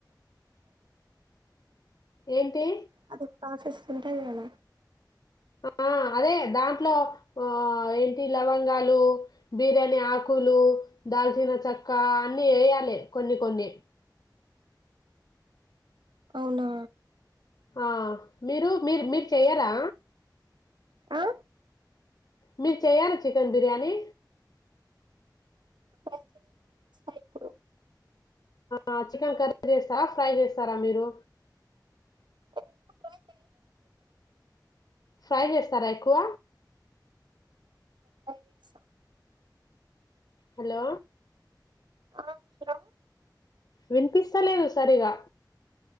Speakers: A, on the left; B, on the right.
A: ఏంటి
B: అదే ప్రొసెస్ ఉంటది కథ
A: ఆ! అదే దాంట్లో ఆ ఏంటి లవంగాలు బిర్యానీ ఆకులు దాల్చిన చెక్క అన్ని వేయాలే కొన్ని కొన్ని
B: అవునా
A: ఆ మీరు మీరు మీరు చెయ్యరా
B: ఆ
A: మీరు చెయ్యారా చికెన్ బిర్యానీ
B: ట్రై చేయలేదు చేస్తా ఇప్పుడు
A: ఆ చికెన్ కర్రీ చేస్తారా ఫ్రై చేస్తారా మీరు
B: ఎప్పుడు ట్రై చేయలేదు నేను
A: ఫ్రై చేస్తారా ఎక్కువ
B: పైరస
A: హలో
B: ఆ సలో
A: వినిపిస్తలేదు సరిగా